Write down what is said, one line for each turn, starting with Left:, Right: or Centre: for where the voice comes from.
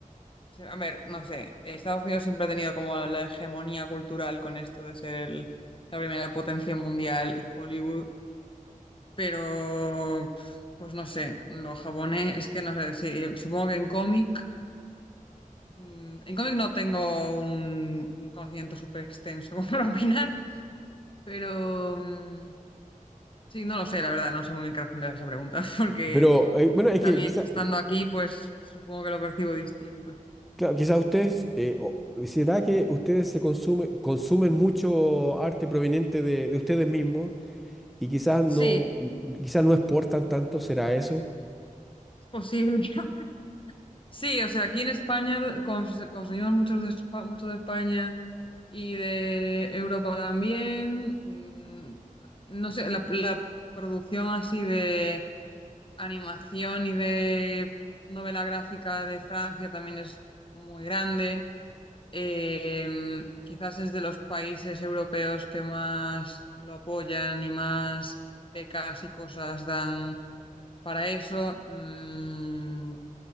Left: Sí, A ver, no sé, Estados Unidos siempre ha tenido como la hegemonía cultural con esto de ser el- la primera potencia mundial y Hollywood, pero pues no sé, los japonés es que no sé, sí, supongo que en cómic, mm, en cómic no tengo un, un conocimiento súper extenso <laughs> para opinar, pero mm, sí, no lo sé, la verdad, no sé muy bien qué responder a esa pregunta, <laughs> porque
Centre: Pero eh, bueno, es
Left: también
Centre: que quizás
Left: estando aquí, pues supongo que lo percibo distinto.
Centre: quizá ustedes, eh, o- ¿será que ustedes se consumen, consumen mucho arte proveniente de, de ustedes mismos y quizás no,
Left: Sí,
Centre: quizás no exportan tanto? ¿Será eso?
Left: es posible. <laughs> Sí, o sea, aquí en España cons- consumimos muchos de Espa- mucho de España y de Europa también. Mm, No sé, la, la producción así de animación y de novela gráfica de Francia también es muy grande. Eh, quizás es de los países europeos que más lo apoyan y más becas y cosas dan para eso. Mm,